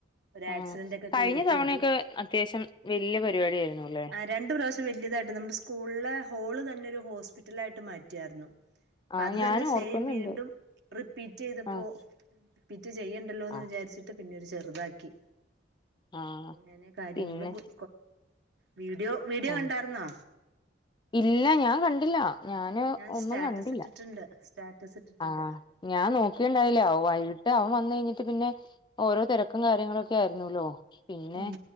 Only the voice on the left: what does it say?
ആ
കഴിഞ്ഞ
തവണയൊക്കെ
അത്യാവശ്യം വല്യ പരിപാടി ആയിരുന്നു ല്ലേ
ആഹ്
ഞാൻ
ഓർക്കുന്നുണ്ട്
ആഹ്
ആഹ്
ആഹ്
പിന്നെ
ആഹ്
ഇല്ല ഞാൻ കണ്ടില്ല ഞാന്
ഒന്നും
കണ്ടില്ല
ആഹ് ഞാൻ നോക്കി ഇണ്ടായില്ല വൈകിട്ട് അവൻ വന്ന് കഴിഞ്ഞിട്ട് പിന്നെ ഓരോ തിരക്കും കാര്യങ്ങളൊക്കെ ആയിരുന്നുല്ലോ പിന്നെ